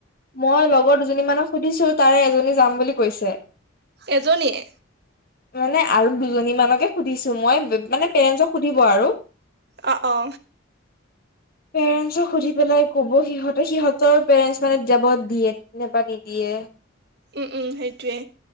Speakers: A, on the left; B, on the right.
A: মই লগৰ দুজনী মানক সুধিছো তাৰে এজনী যাম বুলি কৈছে।
B: এজনীয়ে।
A: মানে আৰু দুজনী মানকে সুধিছো মই মানে পেৰেনছক সুধিব আৰু।
B: অ অ'।
A: পেৰেনছক সুধি পেলাই ক'ব সিহঁত- ত সিহঁতৰ পেৰেন্স মানে যাব দিয়ে নেবা নিদিয়ে।
B: উম উম' সেইটোৱে,